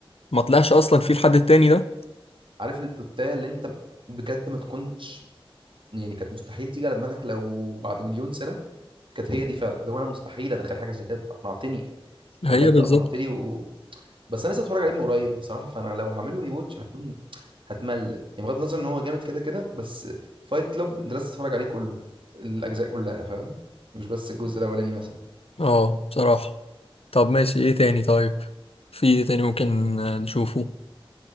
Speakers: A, on the left (about 85°); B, on the right (about 60°).
A: ما طلعش اصلا في الحد التاني ده
B: عارف البلوتايه اللي انت بجد ما تكونش يعني كانت مستحيل تيجي على دماغك لو بعد مليون سنه كانت هي دي فعلا لو انا مستحيل اتخيل حاجه زي كده أنت اقنعتني انت
A: هي
B: بجد
A: بالظبط
B: اقنعتني و... بس انا لسه اتفرج عليه من قريب بصراحه فانا لو هعمله ري واتش هكون هتمل يعني بغض النظر ان هو جامد كده كده بس فايت كلاب انت لازم تتفرج عليه كله الاجزاء كلها فاهم مش بس الجزء الاولاني مثلا
A: اه بصراحه طب ماشي ايه تاني طيب في ايه تاني ممكن آه، نشوفه